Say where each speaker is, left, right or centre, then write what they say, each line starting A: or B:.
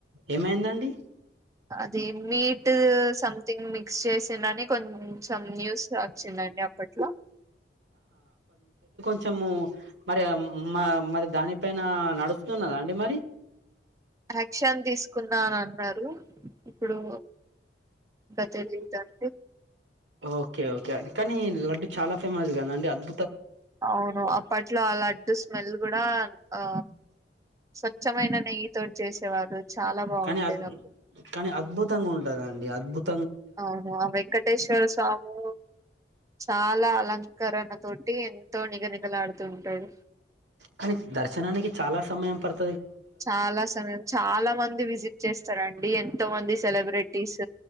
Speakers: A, on the right; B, on the right.
A: ఏమైందండి
B: అది మీట్ సంథింగ్ మిక్స్ చేసినని కొంచం సమ్ న్యూస్ లో వచ్చిందండి అప్పట్లో
A: కొంచము మరి మరి దానిపైనా నడుస్తున్నదా అండి మరి
B: యాక్షన్ తీసుకున్నా అని అన్నారు ఇప్పుడు ఇంక తెలీదండి
A: ఓకే ఓకే అండి కానీ లడ్డూ చాలా ఫేమస్ కదా అండి అద్
B: అవును అప్పట్లో అలా లడ్డూ స్మెల్ కూడా ఆ స్వచ్ఛమైన నెయ్యి తోటి చేసేవారు చాలా బాగుండేది
A: కానీ అ
B: అప్పుడు
A: కానీ అద్భుత్ తంగా ఉంటదండి అద్భుత్
B: అవును ఆ వెంకటేశ్వర స్వాము చాలా అలం కరున తోటి ఎంతో నిగ నిగలాడుతుంటాడు
A: కానీ దర్శనానికి చాలా సమయం పడత్
B: చాలా సమయం చాలా మంది విజిట్ చేస్తారండి ఎంతో మంది సెలబ్రేటీస్